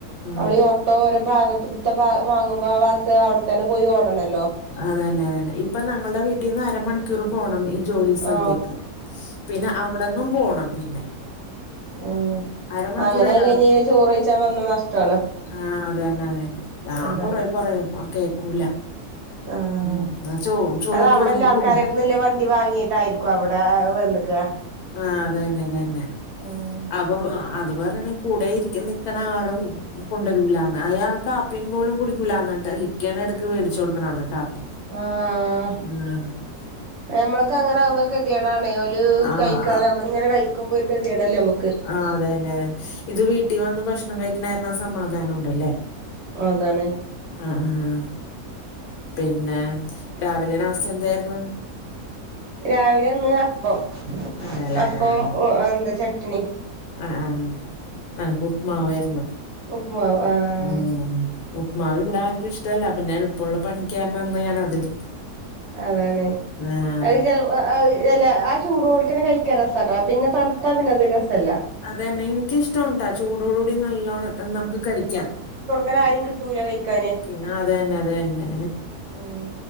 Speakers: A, on the left; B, on the right.
A: ആഹ്
B: നമ്മൾ ഈ ഓട്ടോ ഓരോ ഭാഗത്തുത്തെ വാങ്ങുമ്പോ ആ ഭാഗത്ത്‌ അവിടെത്തന്നെ പോയി ഓടണല്ലോ
A: അതന്നെ അതന്നെ ഇപ്പൊ ഞങ്ങളുടെ വീട്ടീന്ന് അരമണി ക്കൂർ പോണം ഈ ജോലി സ്ഥലത്തേക്ക്
B: ആ
A: പിന്നെ അവിടെന്നും പോണം പിന്നെ
B: ഏഹ്
A: അരമണിക്കൂറല്ല
B: അങ്ങനെ ആയി കഴിഞ്ഞ പിന്നേ ചോറ് കഴിച്ചാ വന്നാ നഷ്ടാണ്
A: ആഹ് അതന്നെ അതന്നെ ഞാൻ
B: അതാണ്
A: കൊറെ പറയും കേക്കൂല
B: ആഹ്
A: ഉം ചോ ചോറ്
B: അത് അവിടെള്ള
A: പൊതിഞ്ഞ്
B: ആൾക്കാരേന്നു
A: കൊണ്ട
B: ഇല്ല വണ്ടി വാങ്ങിയിട്ടായിരി ക്കും അവിടെ വന്നക്ക
A: ആഹ് അതന്നെ അതന്നെ
B: ആഹ്
A: അപ്പൊ അത് പറയണെങ്കി കൂടെ ഇരിക്ക നിൽക്കണ ആളും കൊണ്ടുവരൂലന്ന് അയാൾ കാപ്പി പോലും കുടിക്കൂല എന്നിട്ട് ഇക്കേണ് എടക്ക് മേടിച്ചു കൊടുക്കണ കാപ്പി
B: ആഹ്
A: ഉം
B: ഞമ്മൾക്ക് അങ്ങനെ ആകുമ്പേക്ക് കെതേടാണേ ഓല്
A: ആഹ്
B: കഴിക്കാതെ നമ്മള് ഇങ്ങനെ കഴിക്കുമ്പോ ഒരു കെതേടല്ലേ നമ്മക്ക്
A: ആഹ് അതന്നെ അതന്നെ ഇത് വീട്ടിൽ വന്ന് ഭക്ഷണം കഴിക്കണ കാരണം സമാധാനം ഉണ്ടല്ലേ
B: അതാണ്
A: ആഹ് പിന്നെ രാവിലെ നാസ്ത എന്തായിരുന്നു
B: രാവിലെ ഇന്ന് അപ്പം
A: അതെല്ലേ
B: അപ്പം
A: ആഹ്
B: എന്താ ചട്ട്ണി
A: ആഹ് ആഹ് ഞങ്ങക്ക് ഉപ്പ്മാവാരുന്നു
B: ഉപ്പ്മാവ് ആഹ്
A: ഉം ഉപ്പ് മാവ് ഇവിടാർക്കും ഇഷ്ടല്ല പിന്നെ എളുപ്പള്ള പണിക്ക് കാരണം ഇന്ന് ഞാൻ അതെടുത്ത്
B: അതാണ്
A: ആഹ്
B: അത് ചെൽ എല്ലാ ആഹ് ചൂടോടുക്കനെ കഴി ക്കാൻ രസട്ടാ പിന്നെ തണുത്ത പിന്നതൊരു രസല്ല
A: അത് തന്നെ എനിക്കിഷ്ട്ടാണുട്ടോ ചൂടോട് കൂടി നല്ലോണം നമുക്ക് കഴിക്കാം
B: അങ്ങന ആരേം കിട്ടൂല കഴിക്കാന്
A: പിന്നെ അതന്നെ അതന്നെ
B: ഉ